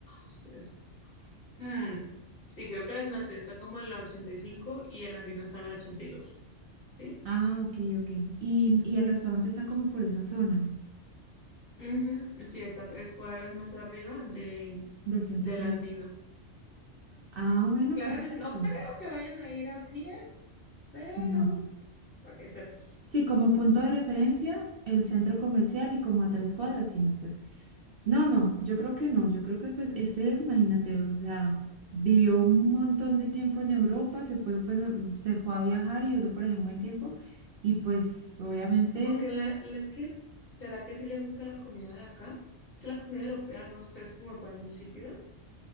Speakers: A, on the left; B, on the right.
A: es que Mm, sí, creo que la Zonate está como en la ochenta y cinco y el Andino está en la 82. ¿Sí?
B: Ah, ok, ok. Y, y el restaurante está como por esa zona
A: Ujú, Sí, está tres cuadras más arriba de,
B: del centro
A: del
B: comercial.
A: Andino.
B: Ah, bueno,
A: Pues claramente,
B: perfecto.
A: no creo que vayan a ir a pie, pero
B: No.
A: para que sepas.
B: Sí, como punto de referencia, el centro comercial y como a tres cuadras, sino pues, no, no, yo creo que no, yo creo que pues este, imagínate, o sea, vivió un montón de tiempo en Europa, se fue, pues, se fue a viajar y duró por allá un buen tiempo, y pues obviamente
A: Aunque la, la- es que, ¿será que sí le gusta la comida de acá? Es que la comida europea, no sé, es como para insípida.